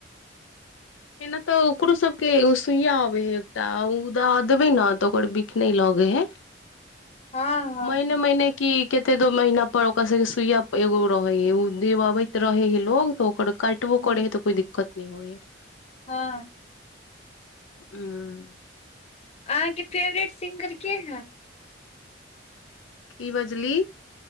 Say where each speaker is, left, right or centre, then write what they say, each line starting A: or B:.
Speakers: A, on the left; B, on the left.
A: एना तऽ ओकरो सबके सुइया अबे है एकटा उ द देबय ना तऽ ओकर बिक नहि लऽगै है
B: हँ हँ
A: महने महिने की कते दो महीना पर ओकरा सबके सुइया एगो रहे हे ऊ दियबबैत रहे है लोग त ओकर काट वो
B: हँ
A: करे ह तो कोइ दिक्कत नहि होइ है।
B: हँ।
A: उम।
B: अहाँके फेवरेट सिंगर के है।
A: की बजली?